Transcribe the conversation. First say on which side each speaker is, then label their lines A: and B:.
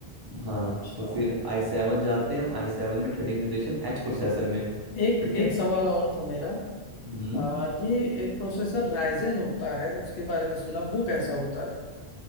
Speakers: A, on the right (about 25°); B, on the left (about 70°).
A: हाँ
B: अच्छा
A: तो फिर आई सेवन जाते हैं हम आई सेवन में थर्टीन जनरेशन एच प्रोसेसर में
B: एक
A: ठीक
B: एक
A: है
B: सवाल और था मेरा
A: हम्म
B: आ, ये एक प्रोसेसर राइजन होता है उसके बारे में सुना वो कैसा होता है